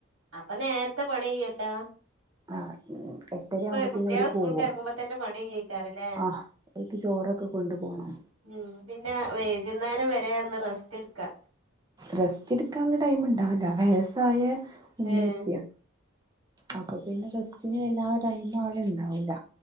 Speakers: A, on the right; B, on the right.
A: അപ്പൊ നേരത്തെ പണി ചെയ്യല്ലോ?
B: ആഹ്! ഉം എട്ടരയാവുമ്പോത്തന്നെ
A: കുട്ടികള്
B: ഓര് പോവും.
A: സ്കൂൾക്ക് എറങ്ങുമ്പോ തന്നെ പണി കയ്യേക്കാരല്ലേ
B: ആ! അവര്ക്ക് ചോറൊക്കെ കൊണ്ടു പോണം.
A: ഉം! പിന്നെ വൈകുന്നേരം വരെ ഒന്ന്റെസ്റ്റ് എടുക്കാം.
B: റെസ്റ്റ് എടുക്കാനുള്ള ടൈം ഉണ്ടാവില്ല. വയസ്സായ ഉമ്മയും
A: ഏഹ്
B: ഉപ്പയുമാ. അപ്പൊ പിന്നെ റെസ്റ്റിന് വല്ലാതെ ടൈം അവിടെ ഇണ്ടാവൂല.